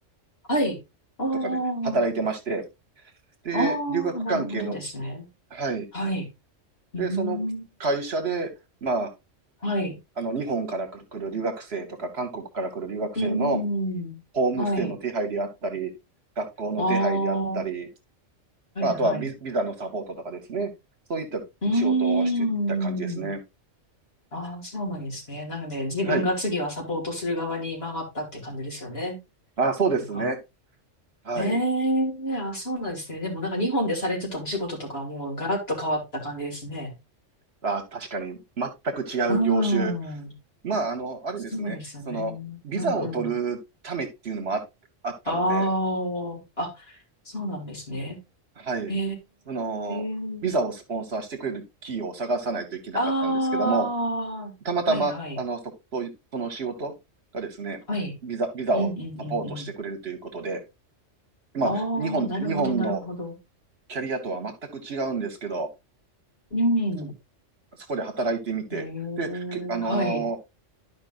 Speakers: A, on the left; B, on the right.
A: はい。ああ、
B: とかで働いてまして、で、
A: ああ、
B: 留学関係の、
A: なるほどですね。
B: はい。
A: はい。うーん、
B: で、その会社で、まあ、
A: はい。
B: あの、日本から来る来る留学生とか、韓国から来る留学生の
A: うーん、
B: ホームステイの手配であったり、
A: はい。
B: 学校の手配であったり、
A: ああ、は
B: まあとはビビザのサポートとかですね。
A: いはい。
B: そういった仕事をしていた感じですね。
A: うーん。ああ、そうなんですね。なので、自分が次はサポートする側に回ったって感じですよね。
B: はい。あ、そうですね。
A: なんか。
B: はい。
A: ええーあ、そうなんですね。でもなんか日本でされてたお仕事とかはもうガラッと変わった感じですね。
B: あ、確かに、全く違う業種。
A: うん。
B: まあ、あの、あれですね。
A: そうですよね。
B: その、ビザを取るためっていうのもあ、
A: うんうん。
B: あったので、
A: ああ、あ、そうなんですね。
B: はい。
A: え
B: その、
A: えー
B: ビザをスポンサーしてくれる企業を探さないといけなかったんですけども、
A: ああ、
B: たまたま、
A: はいはい。
B: あの、そ、そういうその仕事がですね、
A: はい。
B: ビザ、ビザをサポートしてくれるということで、
A: うんうんうんうん。
B: まあ、
A: ああ、
B: 日本、
A: なるほどなるほど。
B: 日本のキャリアとは全く違うんですけど、
A: うん。
B: そこ、そこで働いてみて、
A: ええはい。
B: で、け、あのー